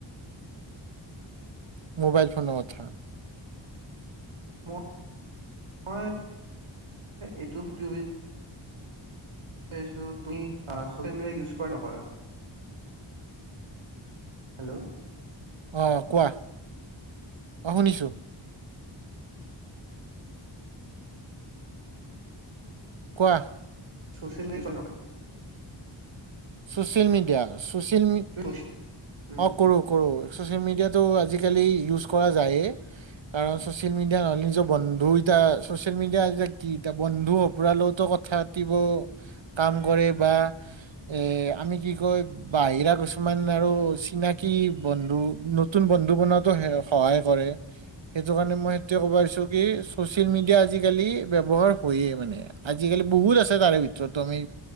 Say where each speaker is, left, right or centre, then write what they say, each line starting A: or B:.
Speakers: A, on the right (about 65°); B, on the right (about 80°).
A: <unintelligible> মোবাইল ফোনৰ কথা।
B: ম- মই এইটো সুধিব-বি ছাৰিছো তুমি চচিয়েল মিডিয়া ইউজ কৰা নে নকৰা? হেল্ল'।
A: অহ্‌ কোৱা অ শুনিছোঁ। কোৱা
B: চচিয়েল <unintelligible>
A: চছিয়েল মিডিয়া। চছিয়েল মি-
B: তুমি উম,
A: অ' কৰোঁ কৰোঁ। ছ'চিয়েল মিডিয়াটো আজিকালি ইউজ কৰা যায়েই কাৰণ ছ'চিয়েল মিডিয়া নহ'লে নিজৰ বন্ধু ইতা ছ'চিয়েল মিডিয়া ইতিয়া কি ইতিয়া বন্ধু সপুৰা লগতো কথা পাতিব কাম কৰে বা এ' আমি কি কয়, বাহিৰা কিছুমান আৰু চিনাকি বন্ধু, নতুন বন্ধু বনোৱাতো হে-সহায় কৰে সেইটো কাৰণে মই সেইটোৱে ক'ব পাৰিছো কি ছ'চিয়েল মিডিয়া আজিকালি ব্যৱহাৰ হয়য়ে মানে। আজিকালি বহুত আছে তাৰে ভিতৰতো আমি